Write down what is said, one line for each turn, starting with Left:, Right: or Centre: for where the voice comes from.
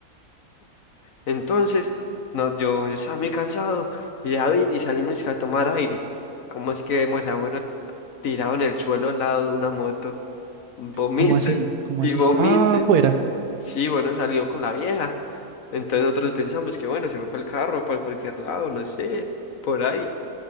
Left: Entonces, no, yo, yo estaba muy cansado, y David, y salimos a tomar aire. ¿Cómo es que vemos a bueno tirado en el suelo al lado de una moto? Vomite
Right: ¿Cómo así? ¿Cómo
Left: y
Right: así
Left: vomite.
Right: está afuera?
Left: Sí, bueno, salió con la vieja. Entonces nosotros pensamos que bueno, se fue para el carro, para cualquier lado, no sé, por ahí.